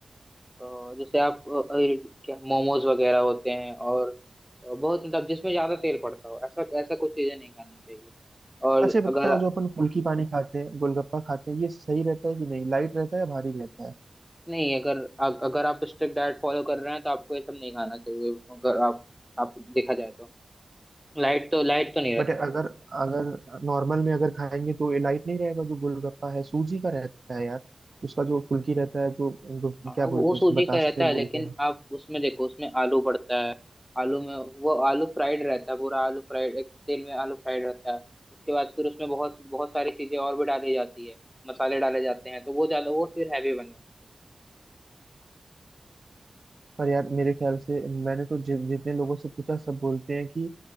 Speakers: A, in the centre; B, on the right (about 45°).
A: अ, जैसे आप अ, अ, क्या मोमोज वगैरह होते हैं और बहुत मतलब जिसमें ज्यादा तेल पड़ता हो ऐसा ऐसा कुछ चीजें नहीं खानी चाहिए और
B: अच्छा ये
A: अगर
B: बताओ जो अपन फुल्की पानी खाते हैं गोलगप्पा खाते हैं ये सही रहता है कि नहीं लाइट रहता है या भारी रहता है
A: नहीं अगर अ- अगर आप स्ट्रिक्ट डाइट फॉलो कर रहे हैं तो आपको ये सब नहीं खाना चाहिए अगर आप आप देखा जाए तो लाइट तो लाइट तो नहीं रहता
B: बट अगर
A: है
B: अगर नॉर्मल में अगर खाएंगे तो ये लाइट नहीं रहेगा जो गोलगप्पा है सूजी का रहता है यार उसका जो फुल्की रहता है जो जो
A: हाँ,
B: क्या
A: वो
B: बोलते
A: वो सूजी
B: हैं उसको बतासे
A: का रहता
B: बोलते
A: है लेकिन
B: हैं
A: आप उसमें देखो उसमें आलू पड़ता है आलू में वो आलू फ्राइड रहता है पूरा आलू फ्राइड एक तेल में आलू फ्राइड रहता है उसके बाद फिर उसमें बहुत बहुत सारी चीजें और भी डाली जाती है मसाले डाले जाते हैं तो वो ज्यादा वो फिर हैवी बन जाता
B: पर यार मेरे ख्याल से मैंने तो जि, जितने लोगों से पूछा सब बोलते हैं कि